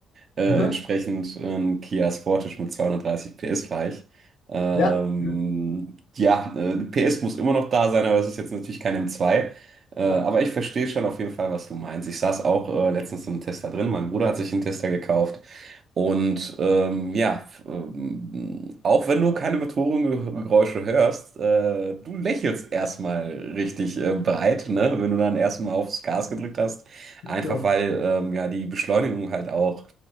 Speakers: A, on the right; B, on the left.
A: Äh,
B: Aha.
A: entsprechend ähm, Kia Sportage mit 230 PS fahre ich. Ähm,
B: Ja,
A: ja, äh, PS muss immer noch da sein, aber es ist jetzt natürlich kein M2. Äh, aber
B: ja,
A: ich verstehe schon auf jeden Fall, was du meinst. Ich saß auch äh, letztens im Tester drin. Mein Bruder hat sich einen Tester gekauft. Und ähm, ja, f- ähm, auch wenn du keine Motorengeräusche hörst, äh, du lächelst erstmal richtig äh, breit, ne? Wenn du dann erstmal aufs Gas gedrückt hast.
B: ist
A: Einfach
B: so.
A: weil ähm, ja die Beschleunigung halt auch,